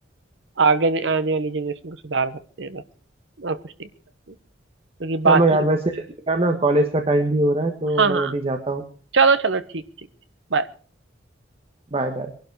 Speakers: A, on the right (about 65°); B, on the right (about 30°).
A: आगे ने- आने वाली जनरेशन को सुधार सकते हैं बस और कुछ नहीं कर सकते क्योंकि बाकी
B: चलो यार
A: के
B: वैसे
A: बच्चे-
B: मेरा ना कॉलेज का टाइम भी हो रहा है तो
A: हाँ
B: मैं
A: हाँ
B: अभी जाता हूँ
A: चलो चलो ठीक ठीक ठीक बाय
B: Bye bye